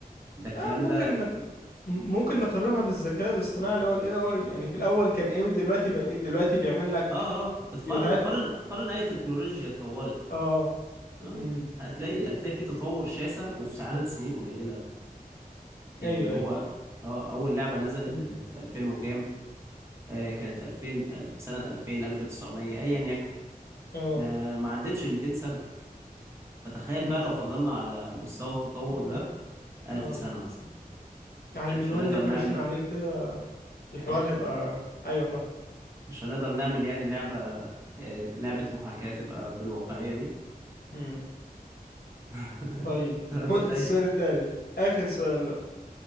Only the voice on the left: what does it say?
آه
ممكن م- ممكن نقارنها بالذكاء الاصطناعي اللي هو الاي اي يعني في الاول كان ايه ودلوقتي بقى ايه دلوقتي بيعمل لك
فيديوهات
اه
امم
ايوه
ايوه
ال-
اه
امم
اه
آه.
على المنوال
اللي احنا
ماشيين عليه كده الحوار
هيبقى ايوه فاهم
امم
طيب
خد السؤال التالت اخر سؤال بقى